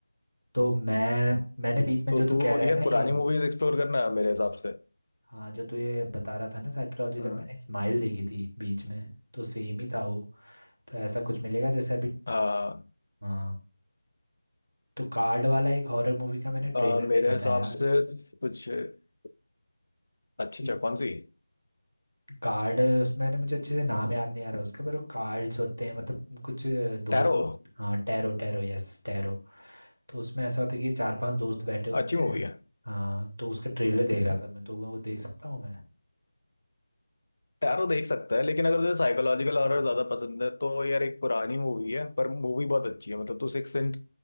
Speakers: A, on the right (about 75°); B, on the left (about 50°).
A: तो मैं मैंने बीच में
B: तो
A: जो तू
B: तू
A: कह रहा
B: यार
A: है ना
B: पुरानी
A: ये
B: मूवीज एक्सप्लोर करना है मेरे हिसाब से
A: हाँ जो तू ये बता रहा था ना साइकोलॉजिकल
B: हम्म।
A: मैंने स्माइल देखी थी बीच में तो सेम ही था वो तो ऐसा कुछ मिलेगा जैसे अभी
B: हाँ
A: हाँ तो कार्ड वाला एक हॉरर मूवी का मैंने ट्रेलर
B: अ, मेरे
A: देखा
B: हिसाब
A: था यार
B: से कुछ अच्छी अच्छा
A: एक
B: कौन सी
A: कार्ड उसमें ना मुझे अच्छे से नाम याद नहीं आ रहा उसका पर वो कार्ड्स होते हैं मतलब कुछ दोस्त
B: टैरो
A: होत- हाँ टैरो टैरो यस टैरो तो उसमें ऐसा होता है कि चार पांच दोस्त बैठे होते
B: अच्छी मूवी
A: हैं
B: है
A: हाँ तो उसका ट्रेलर देख
B: हम्म।
A: रहा था मैं तो वो देख सकता हूँ मैं
B: टैरो देख सकता है लेकिन अगर तुझे साइकोलॉजिकल हॉरर ज्यादा पसंद है तो यार एक पुरानी मूवी है पर मूवी बहुत अच्छी है मतलब तू सिक्स सेंस